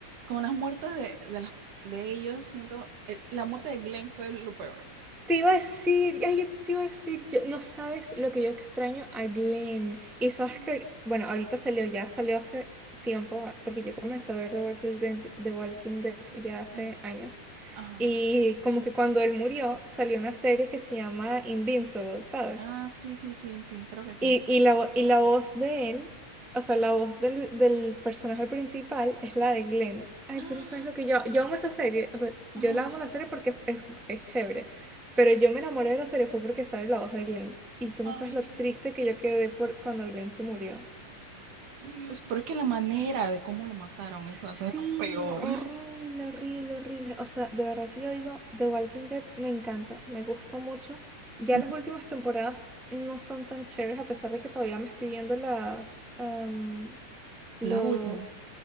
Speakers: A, on the right; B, in the centre.
A: con las muertes de, de, las, de ellos, siento, eh, la muerte de Glenn fue lo peor.
B: Te iba a decir, ay, yo te iba a decir, yo- no sabes lo que yo extraño a Glenn. Y sabes
A: Mm.
B: que, bueno, ahorita salió, ya salió hace tiempo, porque yo comencé a ver The Walking Dead, The Walking Dead ya hace
A: Ajá.
B: años.
A: Ajá.
B: Y como que cuando él murió, salió una serie que se llama Invincible, ¿sabes?
A: Ah, sí, sí, sí, sí, creo que sí.
B: Y, y la, vo- y la voz de él, o sea, la
A: Ajá.
B: voz del, del personaje principal es la de Glenn. Ay,
A: Ah,
B: tú no sabes lo que yo... Yo amo esa serie, o sea, yo
A: Ay,
B: la amo la serie porque es, es, chévere, pero yo me enamoré de la serie fue porque sale la voz de Glenn. Y tú
A: ay,
B: no sabes lo triste que yo quedé por cuando Glenn se murió.
A: ay, Dios, pero es que la manera de cómo lo mataron, eso,
B: Sí,
A: eso es lo peor.
B: horrible, horrible, horrible. O sea, de verdad que yo digo, The Walking Dead me encanta, me gusta mucho. Ya
A: Mm.
B: las últimas temporadas no son tan chéveres, a pesar de que todavía me estoy viendo las, am, los...
A: Las últimas.